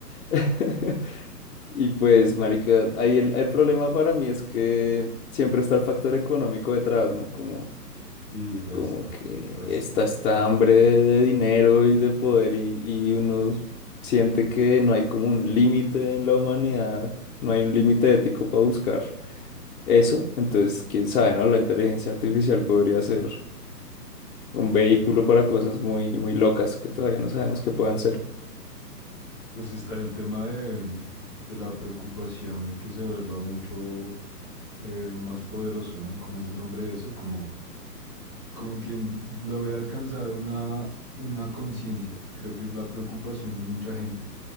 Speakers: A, on the left; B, on the left.
A: <laughs> Y pues, marica, ahí el, el problema para mí es que siempre está el factor económico detrás, ¿no? Como,
B: Sí, resto,
A: como que
B: resto.
A: está esta hambre de, de dinero y de poder y, y uno siente que no hay como un límite en la humanidad, no hay un límite ético para buscar eso. Entonces, quién sabe, ¿no? La inteligencia artificial podría ser un vehículo para cosas muy, muy locas que todavía no sabemos que puedan ser.
B: Pues está el tema de, mm, de la preocupación de que se vuelva mucho eh, más poderoso, ¿no? ¿Cómo es el nombre de eso? Como, como quien logre alcanzar una, una conciencia. Creo que es la preocupación de mucha gente.